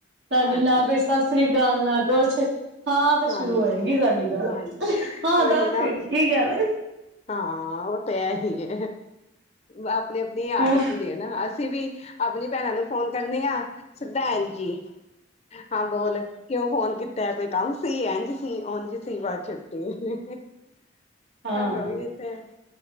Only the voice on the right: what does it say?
ਧਾਡੀ
ਨਾ ਕੋਈ ਸਾਸਰੀਕਾਲ, ਨਾ ਕੁਛ ਹਾਂ ਤੇ
ਸ਼ੁਰੂ ਹੋਏਗੀ ਸਾਡੀ
ਗੱਲ ਹਾਂ
ਦੱਸ
ਕੀ ਗੱਲ
ਹਾਂ
ਹਾਂ
ਹਮ